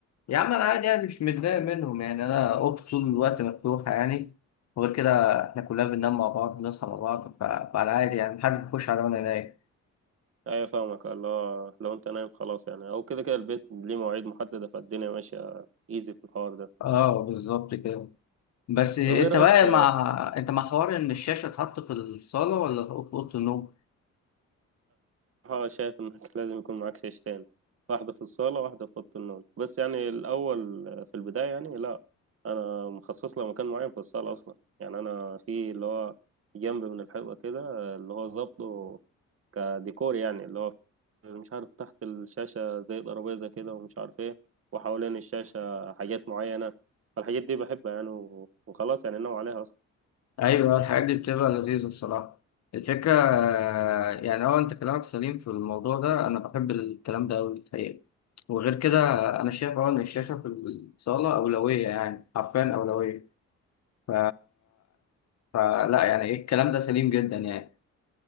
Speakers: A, on the left; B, on the right.
A: يا عم انا عادي يعني مش متضايق منهم يعني انا اوضتي طول الوقت مفتوحه يعني وغير كده احنا كلنا بننام مع بعض بنصحى مع بعض ف- فانا عادي يعني محدش بيخش عليا وانا نايم
B: ايوه فاهمك اللي هو لو انت نايم خلاص يعني او كده كده البيت ليه مواعيد محددة فالدنيا ماشية ايزي في الحوار ده
A: اه بالظبط كده بس انت
B: طب ايه رأيك
A: بقى
B: في
A: مع انت مع حوار ان الشاشه اتحط في الصاله ولا في اوضه النوم
B: بصراحة شايف انك <laughs> لازم يكون معاك شاشتين واحدة في الصالة واحدة في أوضة النوم بس يعني الأول في البداية يعني لا أنا مخصص له مكان معين في الصالة أصلا يعني أنا في اللي هو جنب من الحيطة كده اللي هو ظابطه كديكور يعني اللي هو مش عارف تحت الشاشة زي ترابيزة كده ومش عارف ايه وحوالين الشاشة حاجات معينة فالحاجات دي بحبها يعني و- وخلاص يعني ناوي عليها أصلا
A: ايوه الحاجات دي بتبقى لذيذه الصراحه الفكره آه، يعني اه انت كلامك سليم في الموضوع ده انا بحب الكلام ده قوي الحقيقه وغير كده انا شايف اه ان الشاشه في الصاله اولويه يعني حرفيا اولويه ف... فلا يعني ايه الكلام ده سليم جدا يعني